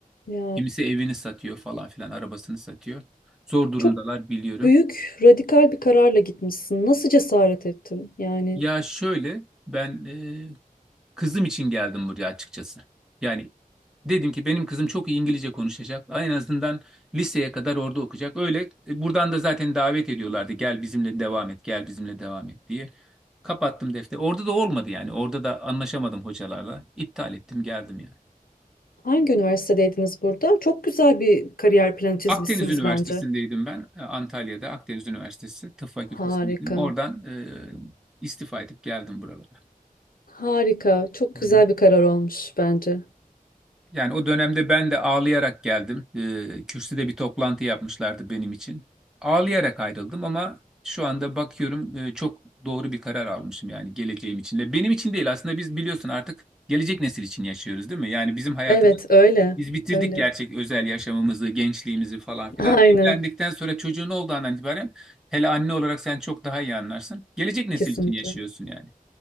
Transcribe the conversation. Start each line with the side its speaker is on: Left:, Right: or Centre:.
Left: Ya
Centre: Kimisi evini satıyor falan filan arabasını satıyor. Zor durumdalar
Left: çok
Centre: biliyorum.
Left: büyük, radikal bir kararla gitmişsin. Nasıl cesaret ettin? Yani
Centre: Ya şöyle ben e, kızım için geldim buraya açıkçası. Yani Dedim ki benim kızım çok iyi İngilizce konuşacak. En azından liseye kadar orada okuyacak. Öyle e, buradan da zaten davet ediyorlardı. Gel bizimle devam et, gel bizimle devam et diye. Kapattım defteri. Orada da olmadı yani. Orada da anlaşamadım hocalarla. İptal ettim, geldim yani.
Left: hangi üniversitedeydiniz burada? Çok güzel bir kariyer planı çizmişsiniz
Centre: Akdeniz Üniversitesi'ndeydim
Left: bence.
Centre: ben. e, Antalya'da Akdeniz Üniversitesi Tıp Fakültesindeydim.
Left: Harika.
Centre: Oradan e, istifa edip geldim buralara.
Left: Harika. Çok güzel
Centre: Hı hı.
Left: bir karar olmuş bence.
Centre: Yani o dönemde ben de ağlayarak geldim. Ee, kürsüde bir toplantı yapmışlardı benim için. Ağlayarak ayrıldım ama şu anda bakıyorum e, çok doğru bir karar almışım yani geleceğim için de. Benim için değil aslında biz biliyorsun artık gelecek nesil için yaşıyoruz değil mi? Yani bizim hayatımız
Left: Evet, öyle.
Centre: biz bitirdik
Left: Öyle.
Centre: gerçek özel yaşamımızı, gençliğimizi falan filan.
Left: Aynen.
Centre: Evlendikten sonra çocuğun olduğu andan itibaren hele anne olarak sen çok daha iyi anlarsın. Gelecek nesil
Left: Kesinlikle.
Centre: için yaşıyorsun yani.